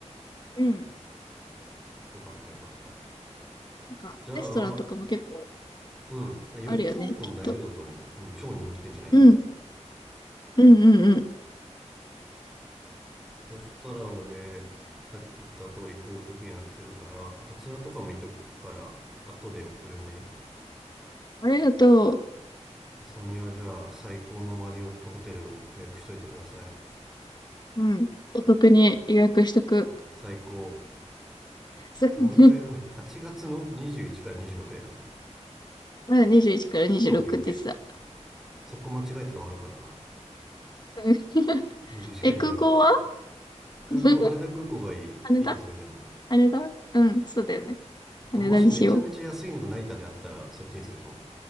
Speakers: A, on the left; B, in the centre.
A: うん。
B: よかったよかった。
A: なんか、
B: じゃあ、
A: レストランとかも結構
B: うん。予約しなくても大丈夫だと思う。
A: あるよね、きっと。
B: うん、超人気店じゃない限りは。
A: うん。うんうんうん。
B: そしたら俺、さっき言った通り航空券予約するから、あとツアーとかも見とくから、後で送るね。
A: ありがと
B: あさみはじゃあ最高のマリオットホテルを予約しといてください。
A: う。うん。お得に予約しとく。
B: 最高。
A: そう
B: でもう一回なんだっけ、
A: <laughs>
B: 8月の21から26だよね。
A: まだ21から26でした
B: オッケーオッケー。そこ間違えたら終わるからな。
A: うん <laughs>
B: 21から26。
A: え、空港は
B: 空港、
A: <laughs>
B: 羽田空港がいい。
A: 羽田
B: いい、それでも。
A: 羽田うん、そうだよね。羽田にしよ
B: まあもしめちゃめちゃ安いのが成田であったら、そっちにするかも。